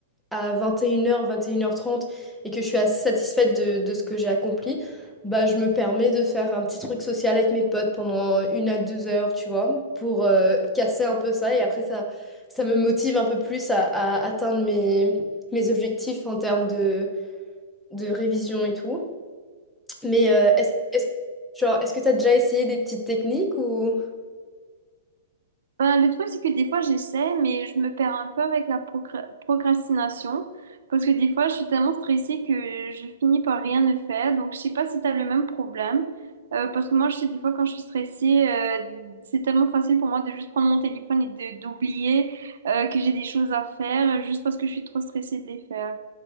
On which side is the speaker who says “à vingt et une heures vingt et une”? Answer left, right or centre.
Centre